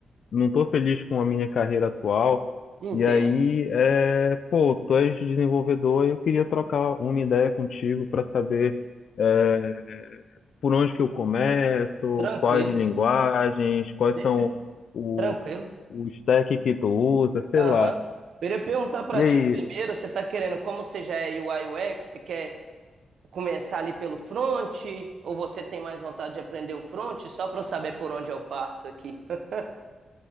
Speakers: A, on the left (about 60°); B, on the right (about 65°).
A: não tô feliz com a minha carreira atual.
B: entendo.
A: E aí, é, pô, tu és desenvolvedor e eu queria trocar uma ideia contigo para saber, eh, por onde que eu começo,
B: Tranquilo.
A: quais linguagens, quais
B: Deixa
A: são
B: eu-
A: o,
B: tranquilo.
A: o stack que tu usa, sei
B: Aham.
A: lá.
B: Eu iria perguntar pra
A: E aí,
B: ti primeiro, você tá querendo, como você já é UI UX, você quer começar ali pelo front ou você tem mais vontade de aprender o front? Só pra eu saber por onde eu parto aqui. <laughs>